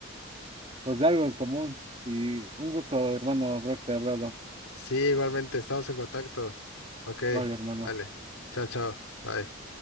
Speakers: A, on the right; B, on the left.
A: pues de algo en común. Y un gusto, hermano, haberte hablado.
B: Sí, igualmente, estamos en contacto. Ok,
A: Vale, hermano.
B: vale, chao, chao, bye.